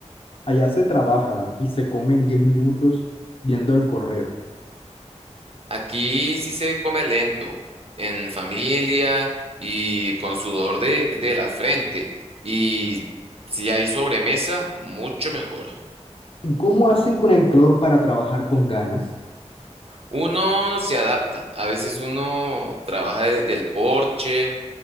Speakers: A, on the left; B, on the right.
A: Allá se trabaja y se come en 10 minutos viendo el correo.
B: Aquí sí se come lento, en familia y con sudor de, de la frente. Y si hay sobremesa, mucho mejor.
A: ¿Y cómo hacen con el calor para trabajar con ganas?
B: Uno se adapta. A veces uno trabaja desde el porche,